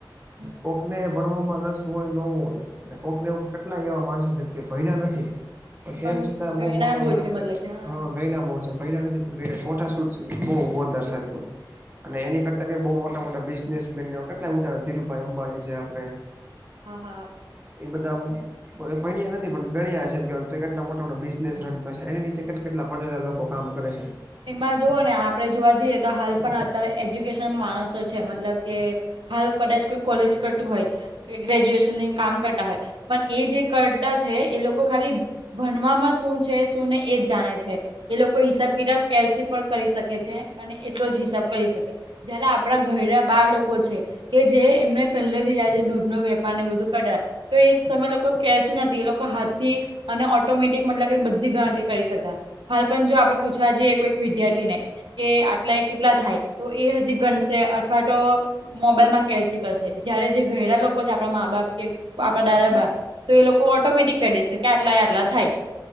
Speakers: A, on the right; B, on the right.
A: છે
B: કોકને ભણવામાં રસ હોય ન વું હોય અને કોક ને કોક કેટલાય એવા માણસો છે જે ભણ્યા નથી. પર તેમ
A: પણ
B: છતાં
A: ગયના
B: બઉુ મોટા
A: બહુ
B: મોટા
A: છે મતલબ કે હા
B: હ ગયના બહુ છે ભણ્યા નથી પણ ગણ્યા છે, કોઠા શું બહુ વધારે સારું હોય અને એની કરતા બ મો મોટા મોટા બિઝનેસમેન કેટલા ઉદાહરણ ધીરુપાઈ અંબાણી છે આપડે
A: હા, હા.
B: એ બધા એ ભણ્યા નથી પણ ગણ્યા છેમ કે કેટલા મોટા મોટા બિઝનેસ રન કરશે એની નીચે કેટ કેટલા ભણેલા લોકો કામ કરે છે.
A: એમાં જુઓ ને આપડે જોવા જઈએ તો હાલ પણ અત્યારે એજ્યુકેશન માણસો છે મતલબ કે હાલ કદાચ કોઈ કોલેજ કરતું હોય કે ગ્રેજ્યુએશનને કામ કરતા હોય પણ એ જે કરતા છે એ લોકો ખાલી ભણવામાં શું છે શું ને એજ જાણે છે એ લોકો હિસાબ કિતાબ કેલ સી પણ કરી શકે છે અને એટલો જ હિસાબ કરી શકે. જયારે આપડા ઘરડા બા લોકો છે કે જે એમને પહેલેથી આજે દૂધ નો વેપારને એવું બધું કર્યા. તો એ સમય લોકો કેસી નથી, એ લોકો હાથ થી અને ઓટોમેટિક મતલબ કે બધી ધાટી કરી શક્યા, હાલ પણ જો આપડે પૂછવા જઈએ કોઈક વિદ્યાર્થી ને, કે આટલા એ કેટલા થાય? તો એ હજી ગનશે અઠવા તો મોબાઈલ માં કેલસી કરશે, જયારે જે ઘયડા લોકો છે, આપણા મા બાપ કે, આપડા દાદા બા તો એ લોકો ઓટોમેટિક કરી દેશે, કે આટલા યે આટલા થાય.